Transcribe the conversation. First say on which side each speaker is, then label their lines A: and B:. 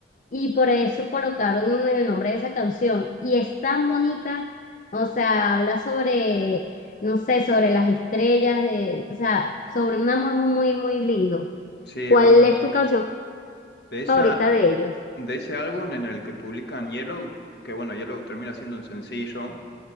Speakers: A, on the left (about 45°); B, on the left (about 60°).
A: y por eso colocaron el nombre de esa canción. Y es tan bonita, o sea, habla sobre, no sé, sobre las estrellas, de, o sea, sobre un amor muy, muy lindo.
B: Sí,
A: ¿Cuál
B: bueno,
A: es tu canción
B: de esa,
A: favorita de ellos?
B: de ese álbum en el que publican Yellow, que bueno, Yellow termina siendo un sencillo.